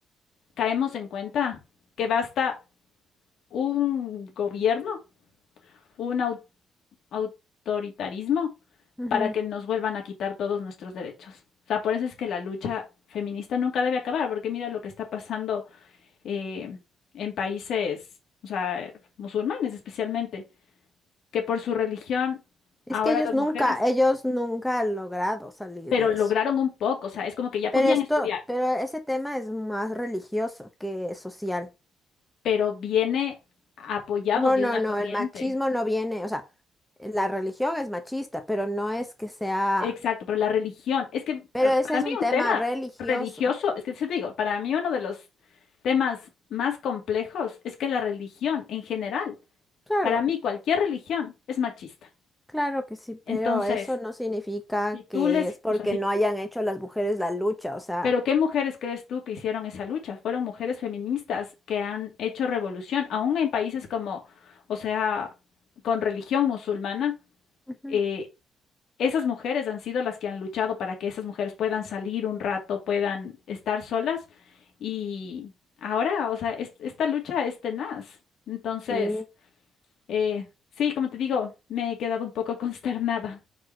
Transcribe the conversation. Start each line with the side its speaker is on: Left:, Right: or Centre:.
Left: caemos en cuenta que basta un gobierno, un au- autoritarismo,
Centre: ujú.
Left: para que nos vuelvan a quitar todos nuestros derechos. O sea, por eso es que la lucha feminista nunca debe acabar, porque mira lo que está pasando eh, en países, o sea, musulmanes especialmente, que por su religión
Centre: Es
Left: ahora
Centre: que ellos
Left: las
Centre: nunca,
Left: mujeres,
Centre: ellos nunca han logrado salir
Left: pero
Centre: de
Left: lograron
Centre: eso.
Left: un poco, o sea, es como que ya
Centre: Pero
Left: podían
Centre: esto,
Left: estudiar.
Centre: pero ese tema es más religioso que social.
Left: pero viene apoyado
Centre: No,
Left: de
Centre: no,
Left: una
Centre: no,
Left: corriente.
Centre: el machismo no viene, o sea, la religión es machista, pero no es que sea,
Left: Exacto, pero la religión, es que
Centre: pero
Left: eh,
Centre: ese
Left: para
Centre: es
Left: mí
Centre: un
Left: un
Centre: tema
Left: tema
Centre: religioso.
Left: religioso, es que sí te digo, para mí uno de los temas más complejos es que la religión en general,
Centre: Claro.
Left: para mí cualquier religión es machista.
Centre: Claro que sí, pero
Left: Entonces,
Centre: eso no significa
Left: si tú
Centre: que
Left: les,
Centre: es porque
Left: o sea, si,
Centre: no hayan hecho las mujeres la lucha, o sea,
Left: pero ¿qué mujeres crees tú que hicieron esa lucha? Fueron mujeres feministas que han hecho revolución, aún en países como, o sea, con religión musulmana,
Centre: ujú,
Left: eh, Esas mujeres han sido las que han luchado para que esas mujeres puedan salir un rato, puedan estar solas y ahora, o sea, es- esta lucha es tenaz. Entonces,
Centre: sí.
Left: eh, sí, como te digo, me he quedado un poco <laughs> consternada.